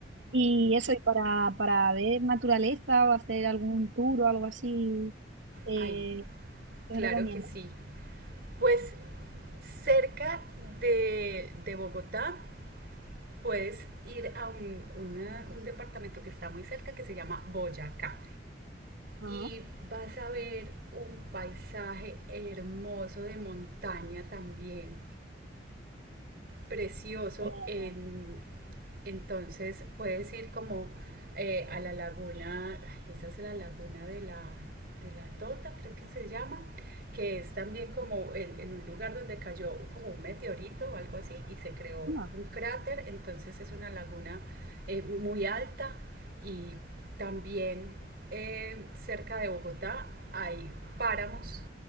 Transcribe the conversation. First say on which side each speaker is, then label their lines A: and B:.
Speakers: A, on the right; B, on the right.
A: Y eso, y para, para ver naturaleza o hacer algún tour o algo así, eh,
B: Ay,
A: ¿qué
B: claro
A: me recomiendas?
B: que sí, pues cerca de, de Bogotá puedes ir a un, una- un departamento que está muy cerca que se llama Boyacá.
A: Ajá.
B: y vas a ver un paisaje hermoso de montaña también precioso.
A: Eh,
B: en- entonces puedes ir como eh, a la laguna, ay, esa es la laguna de la, de la Tota, creo que se llama, que es también como en, en un lugar donde cayó como un meteorito o algo así y se creó
A: ah,
B: un cráter. Entonces es una laguna eh, muy alta y también eh, cerca de Bogotá hay páramos